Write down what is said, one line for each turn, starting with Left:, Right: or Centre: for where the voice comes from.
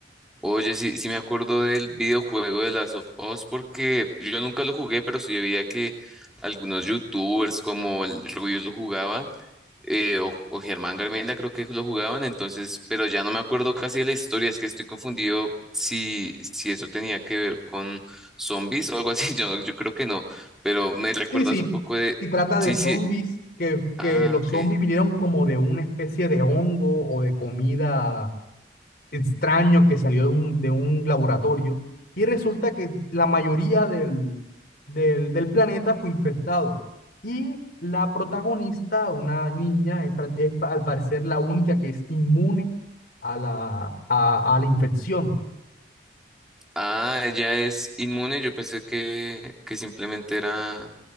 Centre: Oye, sí, sí me acuerdo del videojuego de Last of Us porque yo nunca lo jugué, pero sí veía que algunos youtubers como el Rubius lo jugaban, eh, o, o Germán Garmendia creo que lo jugaban, entonces, pero ya no me acuerdo casi de la historia, es que estoy confundido si, si eso tenía que ver con zombies o algo así, <laughs> yo, yo creo que no, pero me recuerdas
Left: Sí, sí,
Centre: un poco de...
Left: y trata de
Centre: Sí,
Left: zombies,
Centre: sí,
Left: que, que
Centre: ah,
Left: los
Centre: ok.
Left: zombies vinieron como de una especie de hongo o de comida extraño que salió de un, de un laboratorio y resulta que la mayoría del, del, del planeta fue infectado. Y la protagonista, una niña, es, pra- es pa- al parecer la única que es inmune a la, a, a la infección.
Centre: Ah, ella es inmune. Yo pensé que, que simplemente era